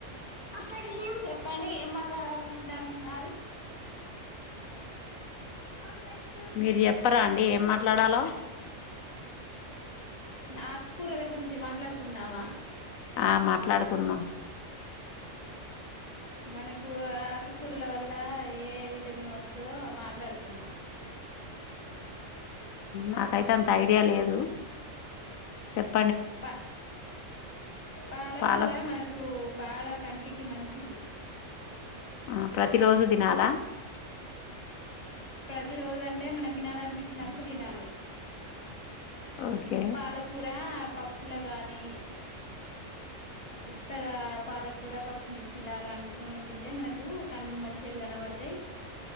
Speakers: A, on the left (about 30°); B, on the left (about 85°).
A: అక్కడం చెప్పండి ఏం మాట్లాడాలకుంటాన్నారు అ న
B: మీరు చెప్పరా అండి ఏం మాట్లాడాలో
A: ఆ కూరల గురించి మాట్లాడుకుందామా
B: ఆ మాట్లాడుకుందాం
A: మనకు ఆకుకూరల వల్ల ఏ విటమిన్ వస్తుందో మాట్లాడుకుందాం
B: నాకైతే అంత ఐడియా లేదు చెప్
A: ప పాలకూర
B: పాల
A: మనకు బాగా కంటి ఇ మంచిది
B: ఆ ప్రతి రోజు తినాలా
A: ప్రతి రోజు అంటే మనం తినాలనిపించినప్పుడు తినాలి
B: ఓకే
A: పాలకూర పప్పుల గాని ఉట్టగా పాలకూర పచ్చిమి ర్చి లాగా వండుకొని తింటే మనకు కళ్ళు మంచిగా కనపడతాయి